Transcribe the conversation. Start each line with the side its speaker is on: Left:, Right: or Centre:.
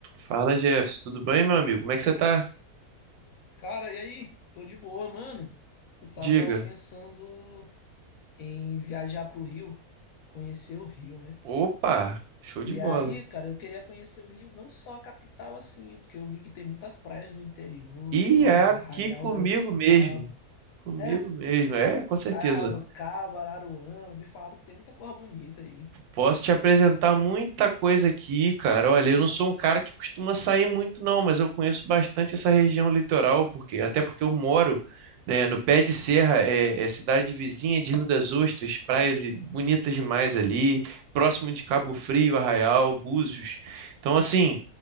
Right: Fala, Jefferson, tudo bem, meu amigo? Como é que você tá?
Left: Cara, e aí? Tô de boa, mano. Eu tava
Right: Diga.
Left: pensando em viajar pro Rio, conhecer o Rio, né?
Right: Opa, show de
Left: E
Right: bola.
Left: aí, cara, eu queria conhecer o Rio, não só a capital assim, porque eu vi que tem muitas praias do interior
Right: E
Left: e tal,
Right: é aqui
Left: Arraial
Right: comigo
Left: do
Right: mesmo.
Left: Cabo.
Right: Comigo
Left: É,
Right: mesmo, é, com certeza.
Left: Arraial do Cabo, Araruama, me falaram que tem muita coisa bonita aí.
Right: Posso te apresentar muita coisa aqui, cara. Olha, eu não sou um cara que costuma sair muito, não, mas eu conheço bastante essa região litoral, porque até porque eu moro, né, no pé de serra, é, é cidade vizinha de Rio das Ostras, praias e- bonitas demais ali, próximo de Cabo Frio, Arraial, Búzios. Então, assim,